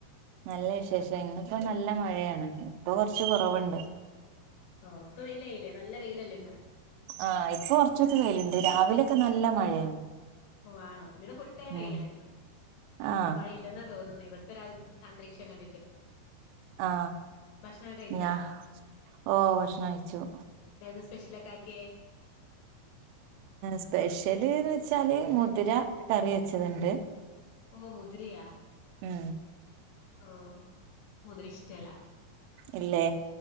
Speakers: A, on the right (about 80°); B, on the left (about 80°).
A: നല്ല വിശേഷം ഇന്നിപ്പോ നല്ല മഴയാണ് ഇപ്പൊ കൊറച്ച് കുറവുണ്ട്
B: ഹാ ഇപ്പ വെയിലായില്ലേ നല്ല വെയിലല്ലേ ഇന്ന്
A: ആഹ് ഇപ്പൊ കുറച്ചൊക്കെ വെയിലുണ്ട് രാവിലെയൊക്കെ നല്ല മഴയാണ്
B: ഓഹ് ആ ഇവിടെ ഫുൾ ടൈം
A: ഉം
B: വെയിലായിരുന്നു
A: ആ
B: ഇന്ന് മഴയില്ലെന്നാ തോന്നുന്നെ ഇവിടത്തെ അന്തരീക്ഷം കണ്ടിട്ട്
A: ആ
B: ഭക്ഷണമൊക്കെ കഴിച്ചാ.
A: ഞാ ഓ ഭക്ഷണം കഴിച്ചു
B: എന്താരുന്നു സ്പെഷ്യലൊക്കെ ആക്കിയേ?
A: സ്പെഷ്യല്ന്ന് വെച്ചാല് മുതിര കറി വെച്ചതുണ്ട്,
B: ഓഹ് മുതിരയാ?
A: മ്മ്
B: ഓ മുതിര ഇഷ്ടല്ല.
A: ഇല്ലേ